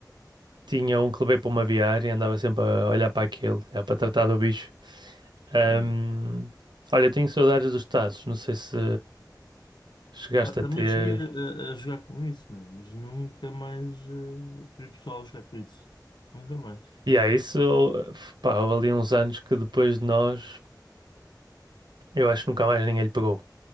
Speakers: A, on the right; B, on the left.
A: tinha um que levei para uma viária e andava sempre a olhar para aquilo, yeah, para tratar do bicho. Ahm,
B: né?
A: olha, tenho saudades dos Tazos, não sei se chegaste
B: Pá, também
A: a ter.
B: cheguei a, a jogar com isso, meu, mas nunca mais eh, vi pessoal a jogar com isso. Nunca mais.
A: E há isso, pá, houve ali uns anos que depois de nós, eu acho que nunca mais ninguém lhe pegou.